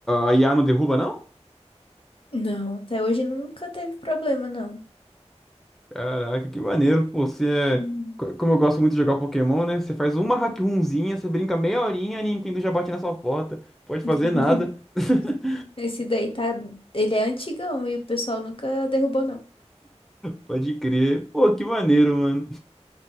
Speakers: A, in the centre; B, on the left.
A: a IA não derruba, não?
B: Não, até hoje nunca teve problema, não.
A: Caraca, que maneiro, pô. Você é...
B: Hum.
A: co- Como eu gosto muito de jogar Pokémon, né? Você faz uma hack runzinha, você brinca meia horinha, a Nintendo já bate na sua porta. Pode
B: <laughs>
A: fazer nada. <laughs>
B: Esse daí tá. Ele é antigão e o pessoal nunca derrubou, não.
A: Pode crer. Pô, que maneiro, mano.